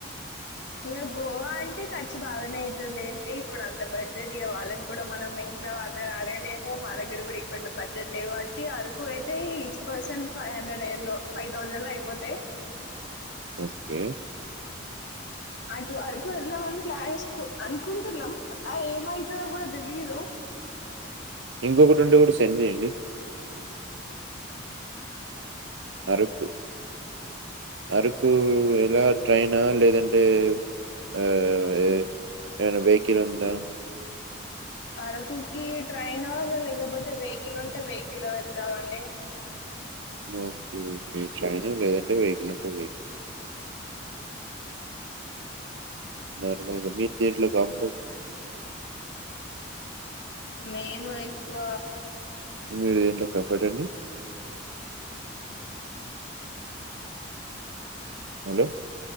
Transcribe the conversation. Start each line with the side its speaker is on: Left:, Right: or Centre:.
Left: ఇక గోవా అంటే ఖర్చు బాగానే అవుతలేండి ఇప్పుడు అంత బడ్జెట్ ఇక వాళ్ళని కూడా మనం ఇంట్లో వాళ్ళు అడగనేము మా దగ్గర కూడా ఎక్కువ బడ్జెట్ లేవు బట్టి అరకు అయితే ఈచ్ పర్సన్ ఫైవ్ హండ్రెడ్ ట్రైన్లో ఫైవ్ థౌజండ్ లో అయిపోతేయి
Right: ఓకే
Left: అటు ఆరకు వెళ్దామని ప్లాన్ చేసుకో అనుకుంటున్నాం ఆ ఏమైతుందో కూడా దే లీదు
Right: ఇంకొకటి ఉండే కూడా సేంద్చేయండి అరకు అరకు ఎలా ట్రైనా లేదంటే ఆ ఏం అన్న వెహికల్ ఉందా
Left: అరకుకి ట్రైన్వ లేకపోతే వెహికల్ ఉంటే వెహికల్ వెళ్తామండి
Right: ఓకే అండి ట్రైన్ లేదు అంటే వెహికల్ ఉంటుంది నార్మల్గా మీకు దేంట్లో బాగు <unintelligible>
Left: మేము ఎక్కువ
Right: మీరు దేంట్లో కఫర్ట అండి హలో